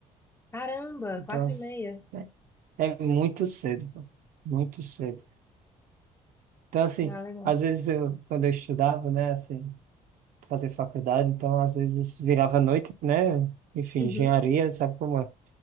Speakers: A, on the left; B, on the right.
A: Caramba,
B: Então,
A: quatro e meia.
B: é é muito cedo, pô. Muito cedo. Então, assim,
A: Ah, legal.
B: às vezes eu, quando eu estudava, né, assim, fazer faculdade, então às vezes virava à noite, né, enfim,
A: Uhum.
B: engenharia, sabe como é?